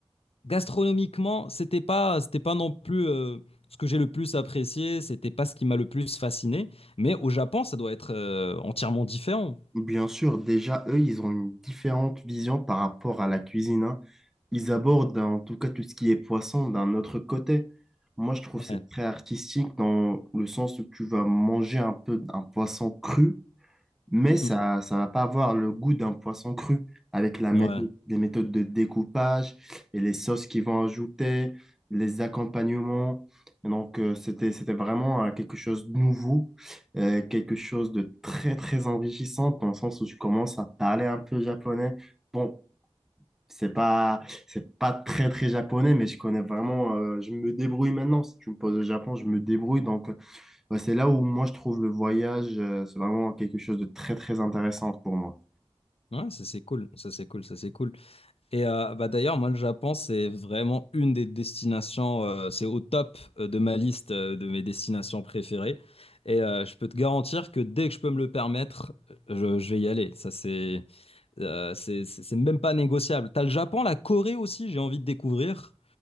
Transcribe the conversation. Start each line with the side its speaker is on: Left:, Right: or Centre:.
Left: gastronomiquement, c'était pas, c'était pas non plus euh, ce que j'ai le plus apprécié, c'était pas ce qui m'a le plus fasciné. Mais au Japon, ça doit être euh, entièrement différent.
Centre: Bien sûr, déjà, eux, ils ont une différente vision par rapport à la cuisine, hein. Ils abordent, en tout cas, tout ce qui est poisson d'un autre côté. Moi, je trouve
Left: Ouais.
Centre: c'est très artistique dans le sens où tu vas manger un peu un poisson cru mais ça
Left: Mm.
Centre: ça va pas avoir le goût d'un poisson cru avec la
Left: Ouais,
Centre: méthode, les méthodes de découpage et les sauces qu'ils vont ajouter, les accompagnements. Et donc, euh, c'était, c'était vraiment euh, quelque chose de nouveau, euh, quelque chose de très, très enrichissant dans le sens où je commence à parler un peu japonais. Bon, c'est pas, c'est pas très, très japonais, mais je connais vraiment, euh, je me débrouille maintenant. Si tu me poses au Japon, je me débrouille. Donc, Ouais, c'est là où moi je trouve le voyage, euh, c'est vraiment quelque chose de très très intéressant pour moi.
Left: ouais, ça c'est cool, ça c'est cool, ça c'est cool. Et euh, bah d'ailleurs, moi le Japon c'est vraiment une des destinations, euh, c'est au top euh, de ma liste euh, de mes destinations préférées. Et euh, je peux te garantir que dès que je peux me le permettre, je, je vais y aller. Ça c'est, euh, c'est, c'est c'est même pas négociable. T'as le Japon, la Corée aussi, j'ai envie de découvrir.